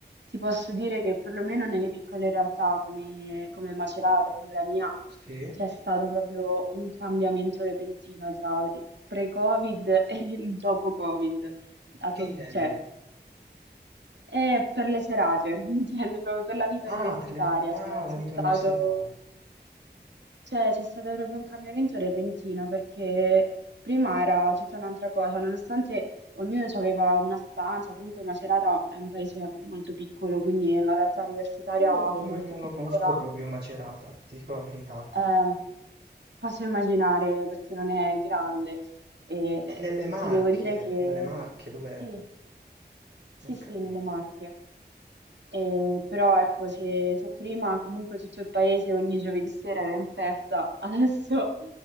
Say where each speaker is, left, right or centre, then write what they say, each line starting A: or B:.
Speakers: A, on the right; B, on the right.
A: ti posso dire che perlomeno nelle piccole realtà come, come Macerata, come la mia,
B: Sì?
A: c'è stato proprio un cambiamento repentino tra il pre-Covid <laughs> e il dopo-Covid A
B: Che
A: pro-
B: intendi?
A: cioè, e per le serate, <laughs> intendo proprio per la vita
B: Ah,
A: universitaria,
B: per le... ah,
A: cioè
B: la
A: c'è
B: vita
A: stato,
B: universitaria.
A: cioè, c'è stato proprio un cambiamento repentino perché prima era tutta un'altra cosa, nonostante ognuno aveva una stanza, comunque Macerata è un paese molto piccolo, quindi è una realtà universitaria
B: Io non
A: molto piccola,
B: lo conosco proprio Macerata, ti dico la verità.
A: eh, posso immaginare perché non è grande e
B: È
A: eh,
B: nelle Marche,
A: ti devo dire che
B: nelle Marche, dove...
A: sì, sì,
B: Ho capito.
A: sì, nelle Marche. Eh, però ecco, se, se prima comunque tutto il paese ogni giovedì sera era in festa, <laughs> adesso